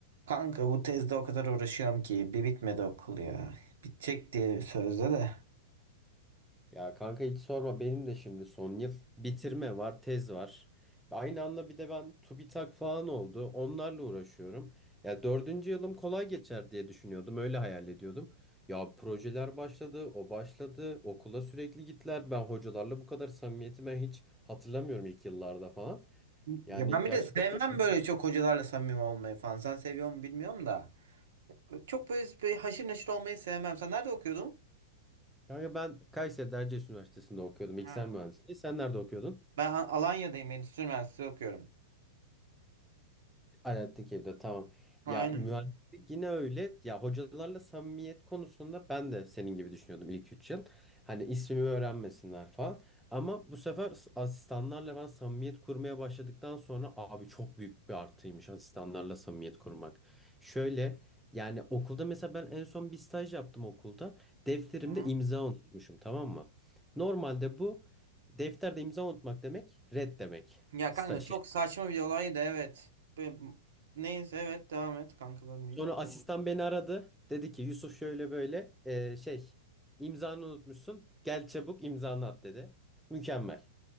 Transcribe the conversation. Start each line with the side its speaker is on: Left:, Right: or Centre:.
Right: Kanka bu tezde o kadar uğraşıyorum ki bir bitmedi okul ya. Bitecek diye sözde de.
Centre: Ya kanka hiç sorma benim de şimdi son yıl bitirme var, tez var. Aynı anda bir de ben TÜBİTAK falan oldu. Onlarla uğraşıyorum. Ya dördüncü yılım kolay geçer diye düşünüyordum. Öyle hayal ediyordum. Ya projeler başladı, o başladı. Okula sürekli gittiler. Ben hocalarla bu kadar samimiyeti hiç hatırlamıyorum ilk yıllarda falan. Yani
Right: Ya ben
Centre: gerçekten
Right: bir de sevmem
Centre: zor.
Right: böyle çok hocalarla samimi olmayı falan. Sen seviyor mu bilmiyorum da. Çok böyle, böyle haşır neşir olmayı sevmem. Sen nerede okuyordun?
Centre: Kanka ben Kayseri'de Erciyes Üniversitesi'nde okuyordum.
Right: Ha,
Centre: Bilgisayar mühendisliği. Sen nerede okuyordun?
Right: Ben A- Alanya'dayım. Endüstri Mühendisliği okuyorum.
Centre: Alaaddin evde tamam.
Right: aynen.
Centre: Ya mühendislik yine öyle. Ya hocalarla samimiyet konusunda ben de senin gibi düşünüyordum ilk 3 yıl. Hani ismimi öğrenmesinler falan. Ama bu sefer s- asistanlarla ben samimiyet kurmaya başladıktan sonra abi çok büyük bir artıymış asistanlarla samimiyet kurmak. Şöyle yani okulda mesela ben en son bir staj yaptım okulda. Defterimde
Right: Aha.
Centre: imza unutmuşum tamam mı? Normalde bu defterde imza unutmak demek red demek.
Right: Ya
Centre: Staj
Right: kanka çok saçma bir olaydı evet. Be- Neyse evet devam et kanka bölmeyeyim.
Centre: Sonra Tamam. asistan beni aradı. Dedi ki Yusuf şöyle böyle e, şey imzanı unutmuşsun. Gel çabuk imzanı at dedi. Mükemmel.